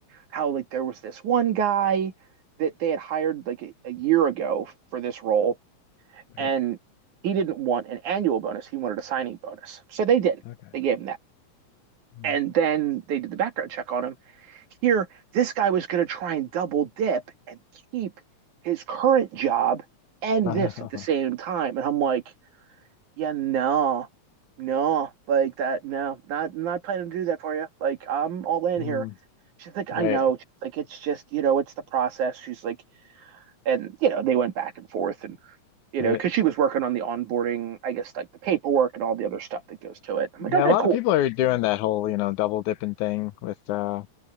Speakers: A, on the right; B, on the left.
A: how like there was this one guy that they had hired like a, a year ago for this role,
B: right.
A: and he didn't want an annual bonus. He wanted a signing bonus. So they did.
B: Okay.
A: They gave him that.
B: Mm.
A: And then they did the background check on him here, this guy was going to try and double dip and keep his current job and
B: <laughs>
A: this at the same time. And I'm like, yeah, no, no, like that, no, not not planning to do that for you. Like, I'm all in
B: Mm,
A: here. She's like, I
B: right.
A: know. She's like, it's just, you know, it's the process. She's like, and, you know, they went back and forth and, you
B: Right.
A: know, because she was working on the onboarding, I guess, like the paperwork and all the other stuff that goes to it. I'm like,
B: Yeah,
A: okay,
B: a lot
A: cool.
B: of people are doing that whole, you know, double dipping thing with uh